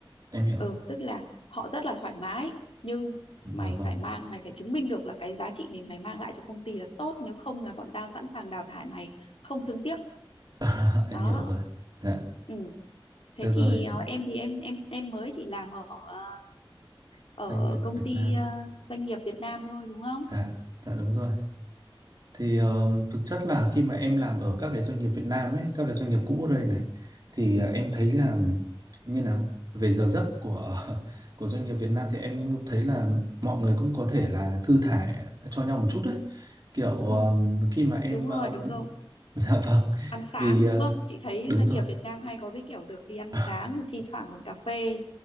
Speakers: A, on the right (about 45°); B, on the left (about 80°).
A: em hiểu
B: ừ tức là họ rất là thoải mái nhưng
A: dạ
B: mày
A: vâng
B: phải mang mày phải chứng minh được là cái giá trị mình mày mang lại cho công ty là tốt nếu không là bọn tao sẵn sàng đào thải mày không thương tiếc
A: <laughs> em
B: đó
A: hiểu rồi dạ
B: ừ thế
A: được rồi
B: thì ờ,
A: thì
B: em thì em em em mới chỉ làm ở ờ, ở
A: doanh nghiệp
B: công
A: Việt
B: ty
A: Nam
B: ờ, doanh nghiệp Việt Nam thôi đúng không
A: dạ dạ đúng rồi thì ờ, thực chất là khi mà em làm ở các cái doanh nghiệp Việt Nam ấy, các cái doanh nghiệp cũ ở đây này thì ờ, em thấy là như nào về giờ giấc của <laughs> của doanh nghiệp Việt Nam thì em thấy là mọi người cũng có thể là thư thả cho nhau một chút đấy kiểu ờ,
B: ừ
A: khi mà em
B: đúng rồi
A: ờ,
B: đúng rồi
A: <laughs> dạ vâng
B: ăn sáng
A: vì ờ,
B: đúng không? Chị thấy
A: đúng
B: doanh
A: rồi
B: nghiệp Việt Nam hay có cái kiểu được đi ăn
A: <laughs>
B: sáng rồi thi thoảng còn cà phê